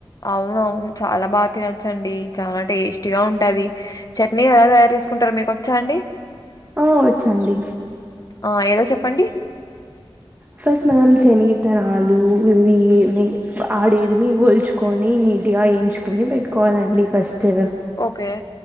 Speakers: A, on the left (about 40°); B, on the right (about 20°).
A: అవునవును, చాలా బాగా తినొచ్చండి. చాలా టేస్టీగా ఉంటది. చట్నీ ఎలా తయారు చేసుకుంటారో, మీకొచ్చా అండి?
B: ఆ వచ్చండి.
A: ఆ, ఎలా చెప్పండి?
B: ఫస్ట్ మనం శనగిత్తనాలు, ఇవి నీ ఆడేదిమి ఒల్చు కొని నీటిగ ఏయించుకొని పెట్టుకోవాలండి ఫస్టు
A: ఓకే.